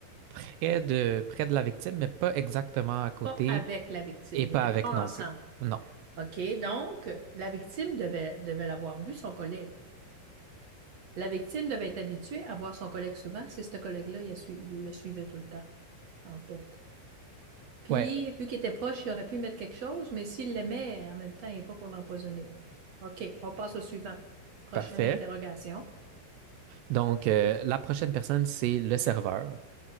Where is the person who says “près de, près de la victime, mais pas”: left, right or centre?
Right